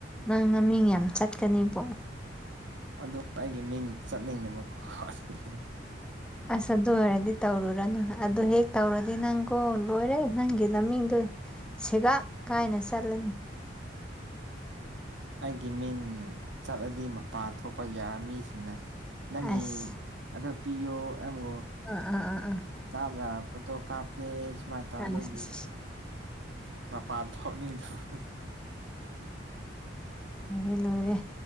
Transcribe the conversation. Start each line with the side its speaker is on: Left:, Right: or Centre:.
Centre: ꯅꯪ ꯅꯃꯤꯡ ꯌꯥꯝ ꯆꯠꯀꯅꯤꯕꯣ
Right: ꯑꯗꯨ ꯑꯩꯒꯤ ꯃꯤꯡ ꯆꯠꯅꯤꯡꯗꯕꯀꯣ ꯑꯗꯨꯒꯤ
Centre: ꯑꯁ ꯑꯗꯨ ꯑꯣꯏꯔꯗꯤ ꯇꯧꯔꯨꯔꯅꯨ ꯑꯗꯨ ꯍꯦꯛ ꯇꯧꯔꯗꯤ ꯅꯪꯀꯣ ꯂꯣꯏꯔꯦ ꯅꯪꯒꯤ ꯅꯃꯤꯡꯗꯨ ꯁꯤꯒꯥꯛ ꯀꯥꯏꯅ ꯆꯠꯂꯅꯤ
Right: ꯑꯩꯒꯤ ꯃꯤꯡ ꯆꯠꯂꯗꯤ ꯃꯄꯥꯟ ꯊꯣꯛꯄ ꯌꯥ ꯃꯤꯁꯤꯡꯅ ꯅꯪꯒꯤ
Centre: ꯑꯁ
Right: ꯑꯗꯣ ꯄꯤꯌꯣ ꯑꯦꯝꯑꯣ
Centre: ꯑꯥ ꯑꯥ ꯑꯥ ꯑꯥ
Right: ꯇꯥꯕ꯭ꯔꯥ ꯐꯣꯇꯣ ꯀꯥꯞꯀꯦ ꯁꯨꯃꯥꯏꯅ ꯇꯧ
Centre: ꯑꯥ
Right: ꯑꯗꯨꯒꯤ
Centre: ꯑꯁ
Right: ꯃꯄꯥꯟ ꯊꯣꯛꯅꯤꯡꯇꯕ
Centre: ꯃꯤꯗꯤ ꯂꯣꯏꯔꯦ